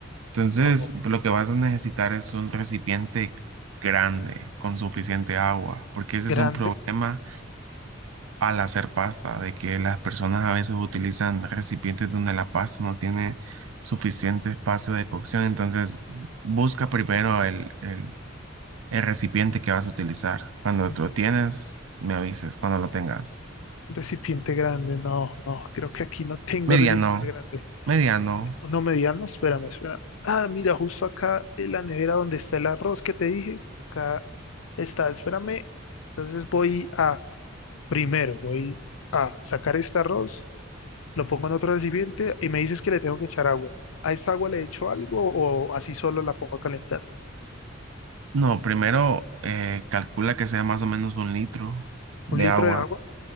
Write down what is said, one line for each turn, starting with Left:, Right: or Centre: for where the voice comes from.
Right: Entonces,
Left: O
Right: lo que vas a necesitar es un recipiente grande, con suficiente agua, porque ese
Left: grande,
Right: es un problema al hacer pasta, de que las personas a veces utilizan recipientes donde la pasta no tiene suficiente espacio de cocción, entonces busca primero el, el el recipiente que vas a utilizar. Cuando
Left: un
Right: tú lo
Left: res-
Right: tienes, me avisas, cuando lo tengas.
Left: un recipiente grande. No, no, creo que aquí no tengo
Right: Mediano,
Left: recipiente grande.
Right: mediano.
Left: Uno, me- uno mediano, espérame, espérame. Ah, mira, justo acá en la nevera donde está el arroz que te dije. Acá está, espérame. Entonces voy a, primero, voy a sacar este arroz, lo pongo en otro recipiente y me dices que le tengo que echar agua. ¿A esta agua le echo algo o así solo la pongo a calentar?
Right: No, primero eh, calcula que sea más o menos un litro de
Left: ¿Un litro
Right: agua.
Left: de agua?